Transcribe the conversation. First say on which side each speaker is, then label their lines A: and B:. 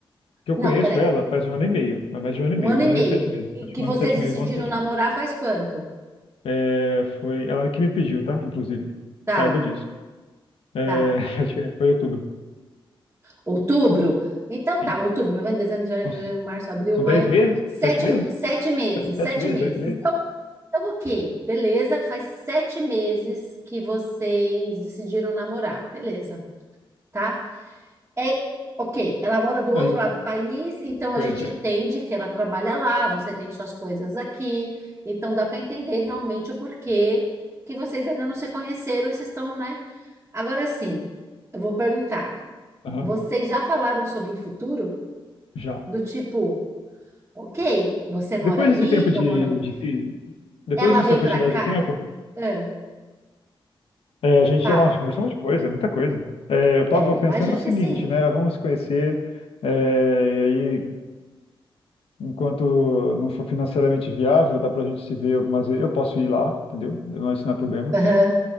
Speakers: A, on the left; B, on the right.
A: Que eu
B: Não,
A: conheço
B: peraí.
A: ela faz um ano e meio, é mais de um ano e
B: Um
A: meio,
B: ano
A: um
B: e
A: ano
B: meio.
A: e sete meses.
B: E
A: Acho
B: que
A: que
B: vocês
A: Um ano e sete
B: decidiram
A: meses, um ano e sete
B: namorar
A: meses.
B: faz quanto?
A: É, foi ela que me pediu, tá? Inclusive,
B: Tá,
A: saiba disso. É,
B: tá.
A: <laughs> a gente- foi em outubro.
B: Outubro? Então
A: sim.
B: tá, outubro, novembro, dezembro, janeiro,
A: uns-
B: fevereiro, março, abril,
A: são
B: maio.
A: dez meses?
B: Sete,
A: Sete meses?
B: sete meses,
A: Sete
B: sete
A: meses?
B: meses.
A: Oito meses?
B: Então, então, ok, beleza. Faz sete meses que vocês decidiram namorar, beleza. tá? É, ok, ela mora do
A: Não,
B: outro
A: e o-
B: lado do país, então
A: pois
B: a gente
A: é.
B: entende que ela trabalha lá, você tem suas coisas aqui, então dá para entender realmente o porquê que vocês ainda não se conheceram e vocês estão, né? Agora sim, eu vou perguntar:
A: Aham,
B: vocês já falaram sobre o futuro?
A: já.
B: Do tipo, ok, você mora
A: Depois
B: aí,
A: desse tempo de,
B: eu moro aqui,
A: de, te- Depois
B: ela
A: dessa
B: vem
A: quantidade
B: para cá,
A: de tempo,
B: Ah,
A: é, a gente
B: fala.
A: já nossa, conversou um monte de coisa, muita coisa. É, eu estava
B: É, eu
A: pensando
B: imagino
A: o seguinte,
B: que sim.
A: né? Vamos se conhecer, é, e aí, enquanto não for financeiramente viável, dá pra gente se ver algumas vezes. Eu posso ir lá, entendeu? Não, isso não é problema.
B: Aham,